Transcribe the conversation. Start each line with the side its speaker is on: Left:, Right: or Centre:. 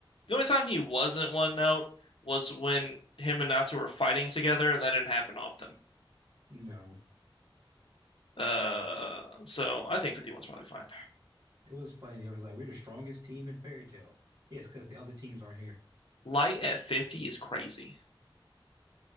Left: the only time he wasn't one note was when him and Natsu were fighting together, and that didn't happen often.
Right: No,
Left: Uh, so I think fifty one's probably fine.
Right: it was funny. It was like we're the strongest team in Fairy Tale. Yes, because the other teams aren't here.
Left: Light at 50 is crazy.